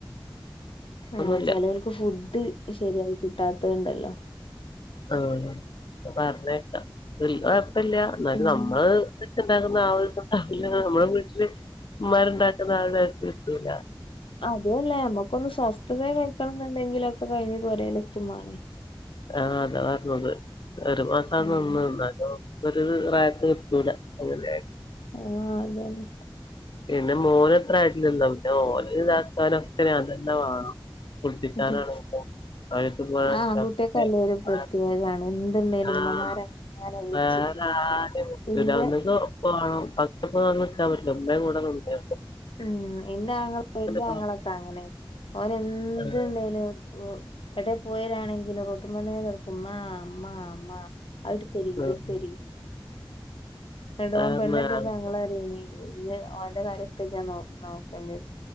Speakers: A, on the left; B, on the left.
A: ആഹ്
B: ഒന്നുമില്ല
A: ചെലോൽക്ക് ഫുഡ് ശരിയായി കിട്ടാത്തതുണ്ടല്ലോ.
B: ആഹ് പറ്ഞ്ഞേക്ക വല്ല്യ കൊഴപ്പല്ല എന്നാലും
A: ഉം
B: നമ്മള്. ഇണ്ടാക്കുന്ന ആഹ് ഒരു ഇത്ണ്ടാവുല നമ്മുടെ വീട്ടില് ഇമ്മാര്ണ്ടാക്ക്ന്ന ആഹ് ഒരു ഇത് കിട്ടൂല.
A: അതല്ലേ നമ്മുക്കൊന്ന് സ്വസ്ഥതയിൽ നിക്കണന്നുണ്ടെങ്കിലൊക്കെ കഴിഞ്ഞ് പോരേലെത്തും മാണേ.
B: ആഹ് അതാ പറഞ്ഞത് ഒരു മാസാനിന്ന്
A: ഉം
B: ന്നാലും. ഒരു റാക്ക് കിട്ടൂല അങ്ങനെ.
A: ആഹ് അതന്നെ.
B: പിന്നെ മോനെത്ര ആയിട്ടില്ലോ പിന്നെ ഓലെ ഇതാക്കാനൊക്കെ ഞാൻ തന്നെ വേണം. കുളിപ്പിക്കാനാണെങ്കിലും
A: മ് ഹും
B: അടുത്ത് പോകാനൊക്കെ
A: ആഹ് ആൺ കുട്ട്യോക്ക് ആകൂമ്പോ ഒരു പ്രത്യേകാണ്. എന്തുണ്ടേലും
B: ആഹ്
A: ഉമ്മമാരങ്ങനെ വിളിച്ച്
B: വേറെ ആരിം കിട്ടൂല
A: ഇന്റെ
B: ഒന്നതേ ഇപ്പാണേ ഉപ്പാക്ക് ഇപ്പം വന്ന് നിക്കാൻ പറ്റോ ഉമ്മേ കൂടെ നിന്നെ.
A: ഉം എന്റൊങ്ങള വല്ല്യ
B: പ
A: ആങ്ങളൊക്കെ അങ്ങനെ ഓന് എന്ത്ണ്ടേലും.
B: ആഹ്
A: എടെ പോയിവരാണങ്കിലും റോട്ടുമന്നെ തെറ്ക്കും മ്മാ മ്മാ മ്മാ അത്ട് തരി ഇത്ട്
B: ഉം
A: തരി ങ്ങട്ട്
B: കാരണം
A: ഓന് പെണ്ണ് കെട്ടിയപ്പം
B: ആഹ്
A: ഞങ്ങള് പറയേനി. ഇഞ് ഓന്റെ കാര്യക്കെ ഇജജാ നോ നോക്കണ്ട്യത്.